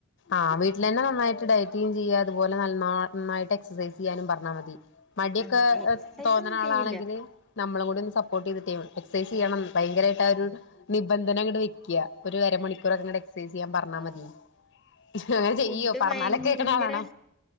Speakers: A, on the left; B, in the centre.
A: ആഹ് വീട്ടിലന്നെ നന്നായിട്ട് ഡയറ്റെയ്യേം ചെയ്യുക അതുപോലെ നൽന്നായിട്ട് എക്സസൈസ് ചെയ്യാനും പറഞ്ഞാ മതി മടിയൊക്കെ
B: ആ എക്സസൈസ്
A: എഹ് തോന്നണാളാണെങ്കില്
B: ഒന്നും ചെയ്യില്ല
A: നമ്മളും കൂടെയൊന്ന് സപ്പോർട്ട് ചെയ്തിട്ടേ എക്സൈസ് ചെയ്യണം ഭയങ്കരായിട്ട് ആ ഒരു നിബന്ധന അങ്ങട് വെക്ക്യ ഒരു അര മണിക്കൂറങ്ങട് എക്സൈസ് ചെയ്യാൻ പറഞ്ഞാ
B: ഓ,
A: മതി അങ്ങനെ ചെയ്യ്വോ
B: ഫുഡ്
A: പറഞ്ഞാലൊക്കെ
B: ഭയങ്കര
A: കേക്കണാളാണോ